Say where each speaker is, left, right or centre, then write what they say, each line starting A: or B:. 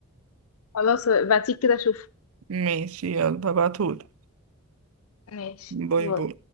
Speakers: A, on the left; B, on the right.
A: خلاص بعتيه كده اشوفه
B: ماشي يلا هبعتهولك
A: ماشي
B: باي باي